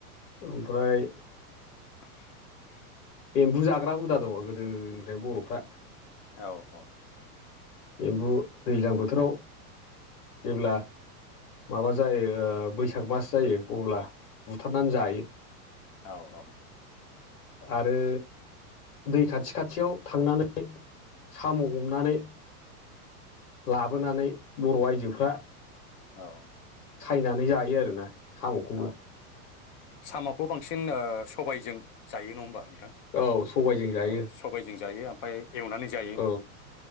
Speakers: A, on the left; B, on the left.
A: ओमफ्राय
B: आ <inaudible> <unintelligible>
A: एम्बु जाग्रा हुदा दङ गोदोनिफ्रायनो बर'फ्रा
B: औ औ।
A: एम्बु दैज्लां बोथोराव जेब्ला माबा जायो बैसाग मास जायो अब्ला बुथारनानै जायो।
B: औ औ।
A: आरो दै खाथि खाथियाव थांनानै साम' हमनानै लाबोनानै बर' आइजोफ्रा
B: औ।
A: सायनानै जायो आरोना साम'खौबो।
B: औ साम'खौ बांसिन सबायजों जायो नङा होमबा।
A: औ सबायजों जायो
B: औ सबायजों जायो। ओमफ्राय एवनानै जायो
A: औ